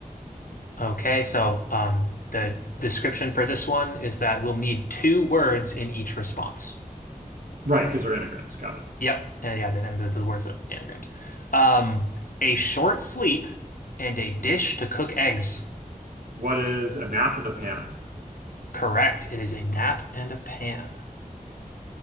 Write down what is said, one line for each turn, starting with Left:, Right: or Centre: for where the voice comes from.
Left: Okay, so um, the description for this one is that we'll need two words in each response.
Right: Right, because they're anagrams. Got it.
Left: Yep, uh, yeah, the- and the, the words are anagrams. Um, a short sleep and a dish to cook eggs.
Right: What is a nap and a pan?
Left: Correct, it is a nap and a pan. Would